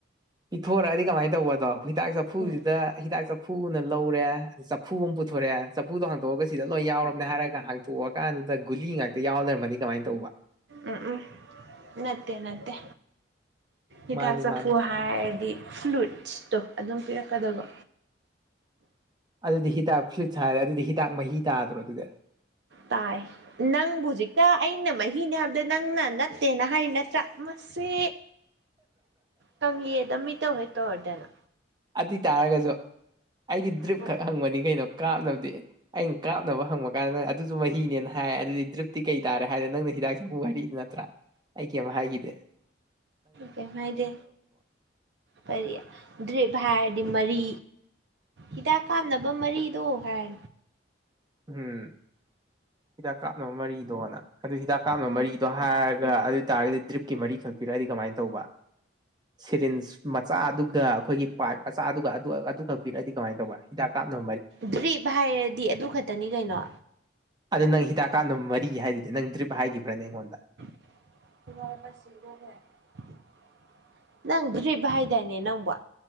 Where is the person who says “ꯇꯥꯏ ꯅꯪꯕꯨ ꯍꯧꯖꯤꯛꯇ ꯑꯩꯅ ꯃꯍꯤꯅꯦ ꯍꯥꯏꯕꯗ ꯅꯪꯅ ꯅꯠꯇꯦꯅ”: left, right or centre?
Right